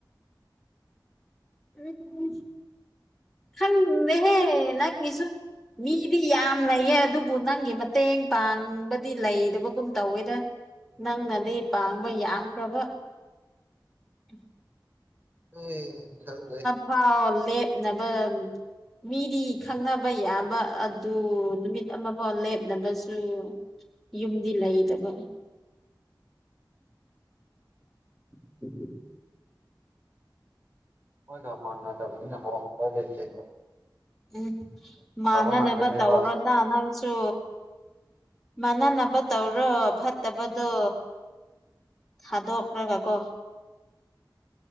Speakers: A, in the centre; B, on the right.
A: ꯎꯝ ꯈꯪꯗꯦꯍꯦ ꯅꯪꯒꯤꯁꯨ ꯃꯤꯗꯤ ꯌꯥꯝ ꯂꯩꯌꯦ ꯑꯗꯨꯕꯨ ꯅꯪꯒꯤ ꯃꯇꯦꯡ ꯄꯥꯡꯕꯗꯤ ꯂꯩꯗꯕꯒꯨꯝ ꯇꯧꯋꯦꯗ ꯅꯪꯅꯗꯤ ꯄꯥꯡꯕ ꯌꯥꯝꯈ꯭ꯔꯕ ꯎꯝ
B: ꯑꯩ ꯈꯛꯂꯩ
A: ꯍꯥ ꯑꯣ ꯂꯦꯞꯅꯕ ꯃꯤꯗꯤ ꯈꯪꯅꯕ ꯌꯥꯝꯕ ꯑꯗꯨ ꯅꯨꯃꯤꯠ ꯑꯃꯐꯥꯎ ꯂꯦꯞꯅꯕꯁꯨ ꯌꯨꯝꯗꯤ ꯂꯩꯗꯕ <inaudible>
B: ꯍꯣꯏꯗ ꯃꯥꯥꯟꯅꯗꯕꯅꯤꯅꯥ <unintelligible>
A: ꯎꯝ ꯃꯥꯟꯅꯅꯕ
B: ꯉꯥꯛꯇꯅꯦꯕ
A: ꯇꯧꯔꯣꯅ ꯅꯪꯁꯨ ꯃꯅꯥ ꯅꯕ ꯇꯧꯔꯣ ꯐꯠꯇꯕꯗꯣ ꯊꯗꯣꯛꯔꯒꯀꯣ